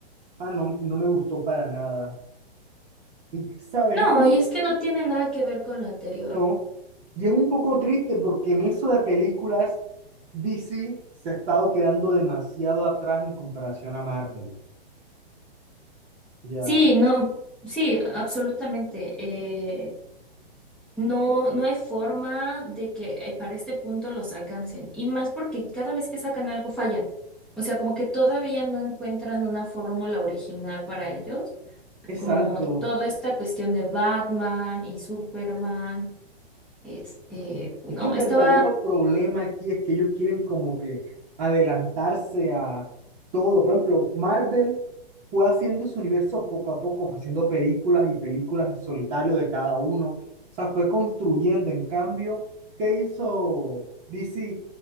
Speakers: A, on the right (about 30°); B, in the centre.
A: ah, no, no me gustó para nada. Y sabes,
B: No,
A: Eh,
B: y es que no tiene nada que ver con lo anterior.
A: no. Y es un poco triste porque en eso de películas, DC se ha estado quedando demasiado atrás en comparación a Marvel. Ya.
B: Sí, no, sí, absolutamente. eh, No, no hay forma de que eh, para este punto los alcancen. Y más porque cada vez que sacan algo fallan. O sea, como que todavía no encuentran una fórmula original para ellos.
A: Exacto.
B: Como toda esta cuestión de Batman y Superman. Este, no,
A: Es que el verdadero
B: estaba,
A: problema aquí es que ellos quieren como que adelantarse a todo. Por ejemplo, Marvel fue haciendo su universo poco a poco, fue haciendo películas y películas en solitario de cada uno. O sea, fue construyendo. En cambio, ¿qué hizo DC?